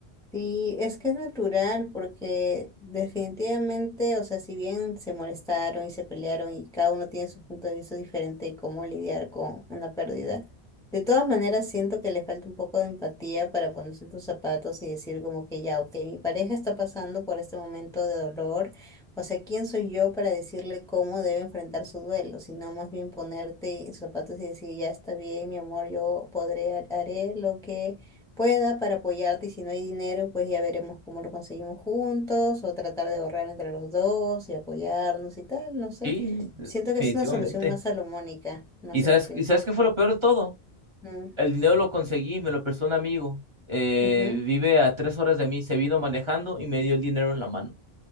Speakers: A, in the centre; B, on the right (about 30°).
A: Y es que es natural porque definitivamente, o sea, si bien se molestaron y se pelearon y cada uno tiene su punto de vista diferente de cómo lidiar con una pérdida, de todas maneras siento que le falta un poco de empatía para ponerse en tus zapatos y decir como que ya, ok, mi pareja está pasando por este momento de dolor, o sea, ¿quién soy yo para decirle cómo debe enfrentar su duelo? Sino más bien ponerte en sus zapatos y decir, ya está bien, mi amor, yo podré, haré lo que pueda para apoyarte y si no hay dinero, pues ya veremos cómo lo conseguimos juntos o tratar de ahorrar entre los dos y apoyarnos y tal, no sé.
B: Sí, definitivamente.
A: Siento que es una solución más salomónica, no
B: ¿Y
A: sé
B: sabes,
A: qué opinas.
B: y sabes qué fue lo peor de todo?
A: Mm,
B: El dinero lo conseguí, me lo prestó un amigo. Eh,
A: ujú.
B: vive a tres horas de mí, se vino manejando y me dio el dinero en la mano.